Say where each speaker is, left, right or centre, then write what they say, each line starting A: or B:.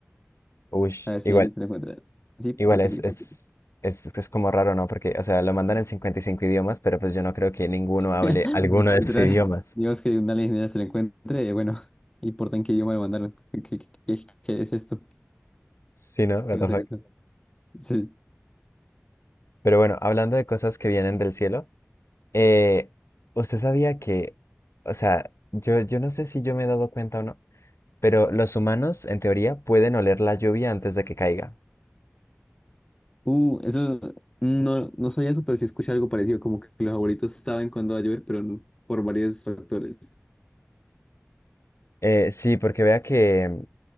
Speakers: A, on the left; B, on the left.
A: Uy,
B: A ver
A: igual,
B: si alguien se la encuentra. Sí, porque
A: igual es,
B: sí,
A: es,
B: porque sí.
A: es, es como raro, ¿no? Porque, o sea, lo mandan en 55 idiomas, pero pues yo no creo que ninguno hable
B: <laughs>
A: alguno de
B: Literal,
A: esos idiomas.
B: digamos que una alienígena se la encuentre, eh, bueno, <laughs> importa en qué idioma lo mandaron. <laughs> ¿Qué, qué, qué- qué es esto?
A: Sí, ¿no? What
B: ¿Qué va
A: the
B: a ser
A: fuck.
B: esto? Sí.
A: Pero bueno, hablando de cosas que vienen del cielo, eh, ¿usted sabía que, o sea, yo, yo no sé si yo me he dado cuenta o no, pero los humanos, en teoría, pueden oler la lluvia antes de que caiga?
B: Uh, eso, no, no sabía eso, pero sí escuché algo parecido, como que los abuelitos saben cuándo va a llover, pero no- por varios factores.
A: Eh, sí, porque vea que